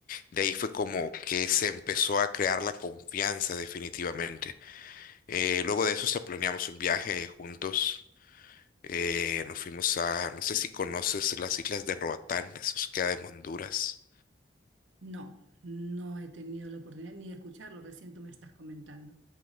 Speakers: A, on the left; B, on the right.
A: de ahí fue como que se empezó a crear la confianza definitivamente. Eh, luego de eso hasta planeamos un viaje juntos. Eh, nos fuimos a, no sé si conoces las islas de Roatán, eso queda en Honduras.
B: No, no he tenido la oportunidad ni de escucharlo, recién tú me estás comentando.